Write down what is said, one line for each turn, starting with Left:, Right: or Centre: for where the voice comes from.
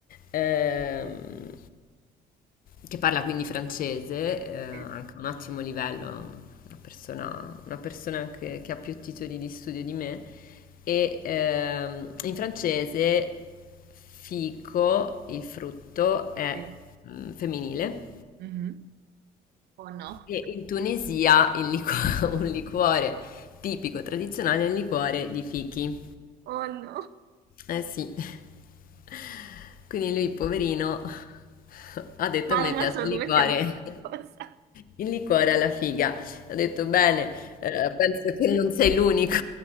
Left: ehm, Che parla quindi francese, eh, anche
Right: sì,
Left: un ottimo livello, una persona, una persona che, che ha più titoli di studio di me. E ehm, in francese fico, il frutto, è
Right: sì.
Left: mm, femminile.
Right: Mhm. Oh no.
Left: E in Tunisia il liqu- <laughs> un liquore tipico, tradizionale, è il liquore di fichi.
Right: Oh no,
Left: Eh sì, <laughs> quindi lui, poverino, <laughs> ha detto
Right: immagina
Left: a me piace
Right: solo
Left: il
Right: dove
Left: liquore.
Right: sia andata la cosa.
Left: Il liquore alla figa. Ho detto bene, eh, penso che non sei l'unico,